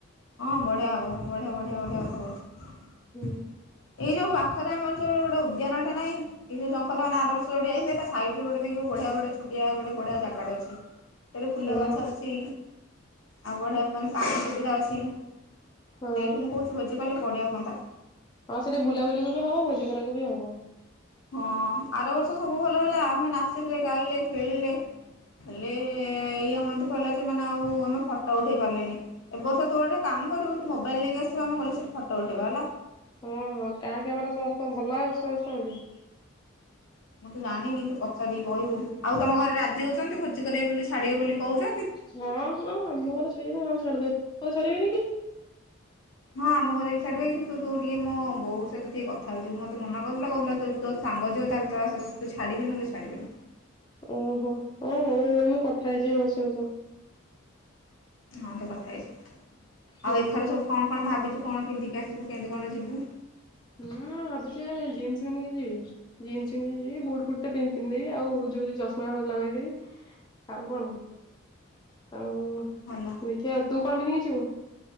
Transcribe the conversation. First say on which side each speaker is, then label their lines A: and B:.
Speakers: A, on the left (about 70°); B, on the left (about 20°).
A: ହଁ ବଢ଼ିଆ ହେବ ବଢ଼ିଆ ବଢ଼ିଆ ବଢ଼ିଆ କଥା <unintelligible>
B: ହୁଁ
A: ଏଇ ଯୋଉ ପାଖରେ ଆମର ଯୋଉ ଗୋଟେ ଉଦ୍ୟାନଟା ନାହିଁ ଏଇ ଯୋଉ ଜଙ୍ଗଲ ନା ଆର ବର୍ଷ‌ <unintelligible> ତା ସାଇଡରେ ବଢ଼ିଆ ଗୋଟେ ଛୋଟିଆ ଗୋଟେ ଜାଗାଟେ ଅଛି। ସେଠି ଫୁଲ
B: ହଁ
A: ଗଛ ଅଛି। ଆଉ ବଢିଆ ପାଇଁ ପାଣି ସୁବିଧା ଅଛି। ସେଇଠି
B: ହଁ।
A: ମୁଁ କହୁଚି ଭୋଜି କଲେ ବଢିଆ ହୁଅନ୍ତା।
B: ହଁ ସେଠି ବୁଲାବୁଲିକୁ ବି ହବ ଭୋଜି କରିବାକୁ ବି ହବ।
A: ହଁ ଆର ବର୍ଷ ସବୁ ଭଲ ହେଲା। ଆମେ ନାଚିଲେ, ଗାଇଲେ, ଖେଳିଲେ। ହେଲେ ଇଏ <unintelligible> ଯେ ମାନେ ଆଉ ଆମେ ଫଟୋ ଉଠେଇ ପାରିଲେନି। ଏ ବର୍ଷ ତୁ ଗୋଟେ କାମ କରିବୁ ତୁ ମୋବାଇଲ ନେଇକି ଆସିବୁ ଆମ ଗଲେ ସେଠି ଫଟୋ ଉଠେଇବା ହେଲା।
B: ହୁଁ ହୁଁ କାହାକି ଆମର ସମସ୍ତଙ୍କ ଭଲ ଆଉଛି ସମସ୍ତଙ୍କଠୁ।
A: ମୁଁ ତୁ ଜାଣିନି ତୁ ପଚାରିକି କହିବୁ ଆଉ ତମ ଘରେ ରାଜି ହଉଚନ୍ତି ଭୋଜି କରିବ ବୋଲି ଛାଡିବ ବୋଲି କହୁଚନ୍ତି।
B: ହଁ ହଁ ଆମ ଘର <unintelligible> ଛାଡ଼ିଦେବ ତମ ଘରେ ଛାଡିବେନି କି?
A: ହଁ ଆମ ଘରେ ବି ଛାଡିବେ କିନ୍ତୁ ତୁ-ତୁ ଟିକେ ମୋ ବୋଉ ସହିତ ଟିକେ କଥା ହେଇଯିବୁ ମତେ ମନା କରୁଥିଲା କହୁଥିଲା ତୁ ତୋ ସାଙ୍ଗ ଯିବ ତାହେଲେ ତ ଆସ ତୁ ଛାଡ଼ିବି ନହେଲେ ଛାଡ଼ିବିନି।
B: ଓହୋ ହଉ ହଉ ହଉ ମୁଁ କଥା ହେଇଯିବି ମାଉସୀଙ୍କ ସହ।
A: ହଁ ତ କଥା ହେଇଚୁ
B: ହୁଁ।
A: ଆଉ ଏଥର ସବୁ କଣ କଣ ଭାବିଛୁ କଣ ପିନ୍ଧିକି ଆସିବୁ କେମିତି କଣ ଯିବୁ।
B: ଉମ୍ ମୁଁ ଭାବିଚି ଏଇ ଜିନ୍ସ ପିନ୍ଧିକି ଯିବି। ଜିନ୍ସ ପିନ୍ଧିକି ଯିବି ବୁଟ ଫୁଟଟେ ପିନ୍ ପିନ୍ଧିଦେବି ଆଉ ଯୋଉ ଚଷମା ହଳ ଲଗେଇଦବି। ଆଉ କଣ ଆଉ
A: ଭଲ
B: ଦେଖିବା ତୁ କଣ ପିନ୍ଧିକି ଯିବୁ?